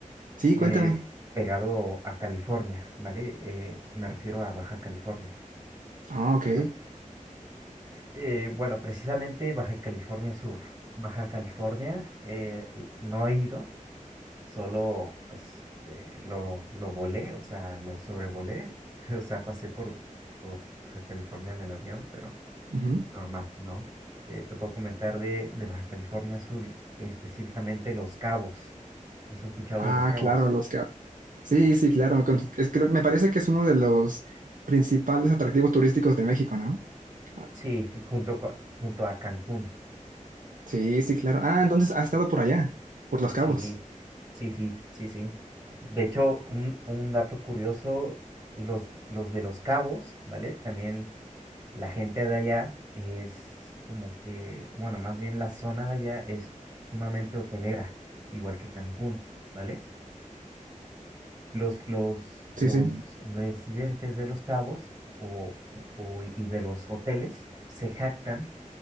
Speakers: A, on the right; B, on the right.
A: Sí, cuéntame.
B: Eh, pegado a California, ¿vale? Eh, me refiero a Baja California.
A: Ah, ok.
B: ajá. Eh, bueno, precisamente Baja California Sur. Baja California, eh, l- no he ido, Solo, pues, eh, lo, lo volé, o sea, lo sobrevolé, <laughs> o sea, pasé por, por Baja California en el avión, pero
A: Ujú.
B: normal, ¿no? Eh, te puedo comentar de, de Baja California Sur, específicamente Los Cabos. ¿Has escuchado
A: Ah,
B: de Los Cabos?
A: claro, los que... Sí, sí, claro. con- es- creo- me parece que es uno de los principales atractivos turísticos de México, ¿no? Ah,
B: Sí, y junto, cua- junto a Cancún.
A: Sí, sí, claro. Ah, entonces has estado por allá, por Los Cabos.
B: Sí, sí, sí, sí, sí. De hecho, un, un dato curioso, los, los de Los Cabos, ¿vale? También la gente de allá es como que, bueno, más bien la zona de allá es sumamente hotelera, igual que Cancún, ¿vale? Los, los,
A: Sí,
B: los
A: sí.
B: residentes de Los Cabos o, o- y de los hoteles se jactan